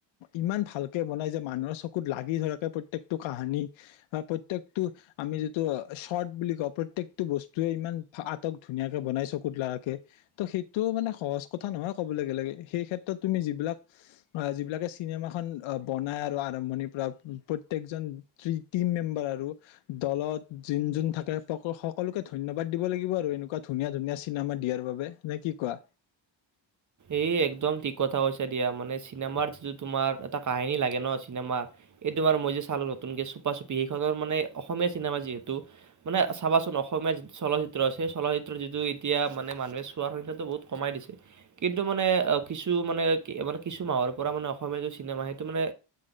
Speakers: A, on the left; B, on the right.
A: ইমান ভাল বনাই যে মানুহৰ চকুত লাগি ধৰাকে প্ৰত্যেকটো কাহানি বা প্ৰতয়েকটো আমি যিটো শৰ্ট বুলি কওঁ প্ৰত্য়েকটো বস্তুৱয়ে ইমান আটক ধুনীয়াকে বনাই চকুত লাকে, ত সেইটো মানে সহজ কথা নহয় ক'ব লে গ'লে, সেই ক্ষেত্ৰত তুমি যিবিলাক যিবিলাকে চিনেমাখন আহ বনাই আৰু আৰম্ভণিৰ পৰা প্ৰত্য়েকজন টিম মেম্বাৰ আৰু দলত যোন যোন থাকে সকলোকে ধন্যবাদ দিব লাগিব আৰু এনেকুৱা ধুনীয়া ধুনীয়া চিনেমা দিয়াৰ বাবে। নে কি কোৱা?
B: এই একদম ঠিক কথা কৈছা দিয়া, মানে চিনেমাৰ যিটো তোমাৰ এটা কাহিনী লাগে ন, চিনেমাৰ এইটোমাৰ মই যে চালো নতুনকে, চুপা চুপি, সেইখনৰ মানে অসমীয়া চিনেমা যিহেতু, মানে চাবাচোন অসমীয়া যিটো চলচিত্ৰ আছেেই চলচিত্ৰ যিটো এতিয়া মানে মানুহে চোৱাৰ সংখ্যাটো বহুত কমাই দিছে। কিন্তু মানে কিছু মানে, মানে কিছু মাহৰ পৰা মানে অসমীয়া যটো চিনেমা, সেইটো মানে